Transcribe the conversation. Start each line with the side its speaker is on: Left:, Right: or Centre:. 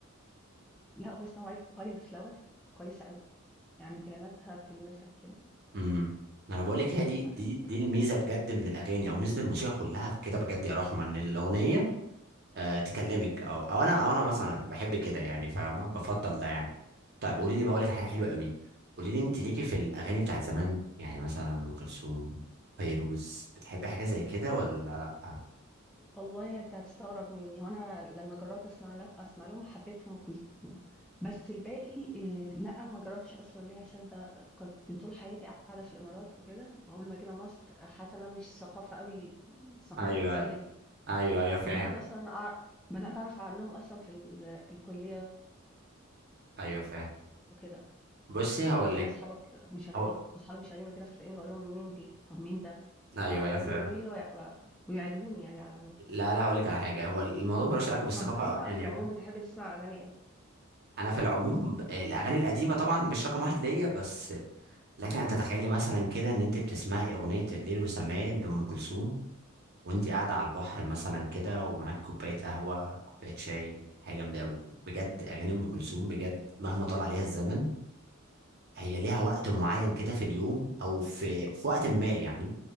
Centre: لها أغنية اسمها wild wild flower كويسة أوي يعني كلماتها بتلمسك كده
Right: امم انا بقول لك هي
Centre: بح-
Right: دي
Centre: بحس
Right: دي دي الميزه بجد من الاغاني او ميزه الموسيقى كلها كده بجد يا رحمه ان الاغنيه آه تكلمك او او انا او انا مثلا بحب كده يعني فاهمه بفضل ده يعني طيب قولي لي بقى اقول لك حاجه حلوه قوي قولي لي انت ليكي في الاغاني بتاعت زمان يعني مثلا ام كلثوم فيروز بتحبي حاجه زي كده ولا لا
Centre: والله انت هتستغرب مني هو انا لما جربت اسمع له اسمع لهم حبيتهم وكلثوم بس الباقي إيه، لا ما جربتش اصلا ليه عشان ز- كنت طول حياتي قاعده في الامارات وكده واول ما جينا مصر حاسه إن انا مش ثقافه قوي الثقافه
Right: ايوه
Centre: المصريه دي
Right: ايوه ايوه فاهم
Centre: بدأت أصلًا أع بدأت أعرف عنّهم أصلًا في ال الكُلّية
Right: ايوه فاهم
Centre: وكده،
Right: بصي هقول
Centre: تلاقي
Right: لك
Centre: أصحابك مشغّلين
Right: هو
Centre: وأصحابي مشغّلين وكده، فتلاقيني باقول لهم مين دي؟ طَب مين ده؟
Right: ايوه
Centre: فيقعدوا
Right: ايوه فاهم
Centre: يقولوا لي وي و ويعجبوني يعني على العموم.
Right: لا لا هقول لك على حاجه هو الموضوع ملوش علاقه بالثقافه
Centre: طَب أنت
Right: او ايا
Centre: في العموم
Right: يكن
Centre: بتحب تسمع أغاني إمتى؟
Right: انا في العموم ب- الاغاني
Centre: إمم،
Right: القديمه طبعا مش رقم واحد ليا بس لكن انت تخيلي مثلا كده ان انت بتسمعي اغنيه الليل وسماه لام كلثوم وانت قاعده على البحر مثلا كده ومعاك كوبايه قهوه كوبايه شاي حاجه جامده قوي بجد اغاني ام كلثوم بجد مهما طال عليها الزمن هي ليها وقت معين كده في اليوم او في في وقت ما يعني